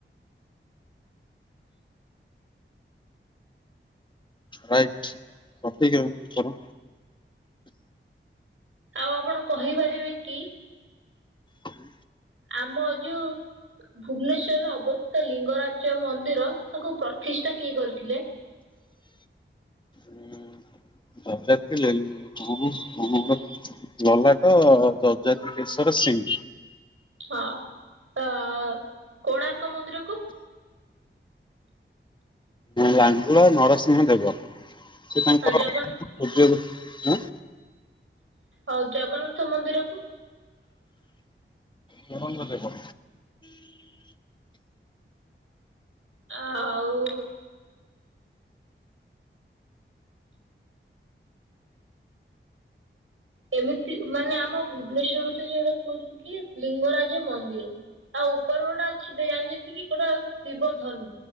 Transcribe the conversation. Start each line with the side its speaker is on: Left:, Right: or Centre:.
Left: ରାଇଟ୍ ସଠିକ ଆଉ ଉତ୍ତର।
Right: ଆଉ ଆପଣ କହିପାରିବେ କି
Left: ହୁଁ।
Right: ଆମ ଯୋଉ ଭୁବନେଶ୍ଵରରେ ଅବସ୍ତିତ ଲିଙ୍ଗରାଜ ମନ୍ଦିର ତାକୁ ପ୍ରତିଷ୍ଠା କିଏ କରିଥିଲେ?
Left: ଏଁ ଅଜାତ ଥିଲେ କଣ କଣ ଗୋଟେ ଲଲାଟ ଯଜାତି କେଶର ସି ସିଂ
Right: ହଁ ତ କୋଣାର୍କ ମନ୍ଦିରକୁ?
Left: ଲାଙ୍ଗୁଳା ନରସିଂହ ଦେବ। ସେ ତାଙ୍କର
Right: ଜଗନ୍ନାଥ
Left: ହେବେ ଯେ ଆଁ
Right: ଆଉ ଜଗନ୍ନାଥ ମନ୍ଦିରକୁ?
Left: ଚୋଡଙ୍ଗ ଦେବ।
Right: ଆଉ ଏମିତି ମାନେ ଆମ ଭୁବନେଶ୍ୱରରେ ତ ଯେ ଏଟା କୁହନ୍ତି କି ଲିଙ୍ଗରାଜ୍ ଜ ମନ୍ଦିର ତା ଉପରେ ଗୋଟେ ଅଛି ଦିଆହେଇଚି ଯେମତି କି ଗୋଟେ ହୋଉଚି ଶିବ ଧନୁ।